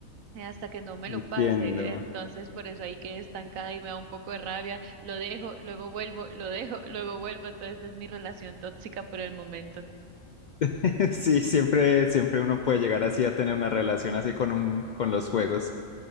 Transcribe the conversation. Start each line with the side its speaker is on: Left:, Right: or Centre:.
Right: eh, hasta que no me
Left: Entiendo.
Right: lo pase. Entonces, por eso ahí quedé estancada y me da un poco de rabia. Lo dejo, luego vuelvo, lo dejo, <laughs> luego vuelvo. Entonces, es mi relación tóxica por el momento.
Left: <laughs> Sí, siempre, siempre uno puede llegar así a tener una relación así con un, con los juegos.